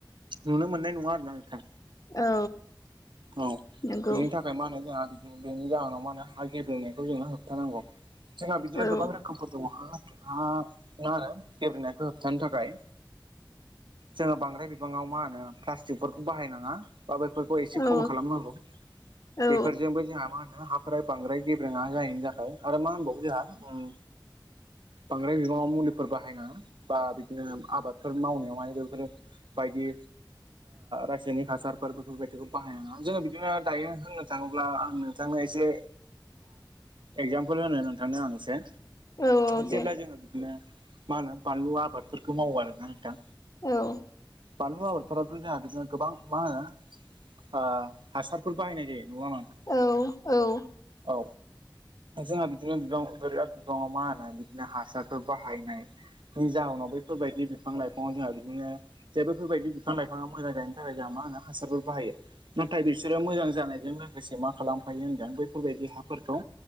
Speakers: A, on the right; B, on the left.
A: नुनो मोननाय नङा आरोना नोंथां
B: औ
A: औ
B: नंगौ
A: बेनि थाख ओमफ्राय मा होनो जोंहा बेनि जाहोनाव मा होनो हा गेब्रेंनायखौ जोङो होबथानांगौ। जोंहा बिदिनो
B: औ
A: गोबां रोखोमफोर दङ हा हा मा होनो गेब्रेनायखौ खिथानो थाखाय जोङो बांद्राय बिबाङाव मा होनो? प्लास्टिकफोरखौ बाहायनाङा बा बे फोरखौ एसे
B: औ
A: खम खालामनांगौ
B: औ
A: बेफोरजोंबो जोंहा मा होनो हाफ ओफ्राय बांद्राय गेबेेङा जाहैनि थाखाय आरो मा होनबावो जोंहा उम बांद्राय बिगाङाव मुलिफोर बाहायनाङा बा बिदिनो आबादफोर मावनायावहाय बेफोरो बायदि रासायनिक हासारफोर बेफोरबायदि बे बाहाय नङा जोङो बिदिनो दायो होननो थाङोब्ला आं नोंथांनो एसे एगजामपोल होनो नोंथांनो आं एसे
B: औ औ
A: जेब्ला
B: दे
A: जोङो बिदिनो मा होनो बानलु आबादफोरखौ मावो आरोना दा
B: औ
A: बानलु आबाद <unintelligible> जोंहा बिदिनो गोबां मा होनो ओ हासारफोर बाहायनाय जायो नङा <unintelligible> नोंथां?
B: औ औ
A: औ जोंहा बिदिनो बिबाङाव बोरैबा बिबङाव मा होनो? ओ बिदिनो हासारफोर बाहायनायनि जाहोनाव बेैफोरबायदि बिफां लाइफाङाव जोंहा बिदिनो जे बेफोरबायदि बिफां लाइफाङा मोजां गायनो थाखाय जोंहा मा होनो हासारफोर बाहायो। नाथाय बिसोरो मोजां जानायजों लोगोसे मा खालामफायो होनदों बैफोरबायदि हाफोरखौ